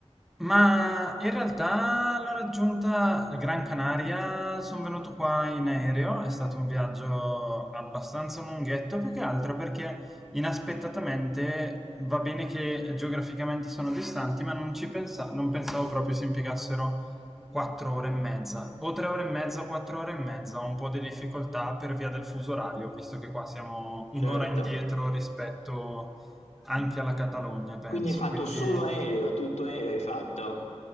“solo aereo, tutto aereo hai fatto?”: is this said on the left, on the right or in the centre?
Left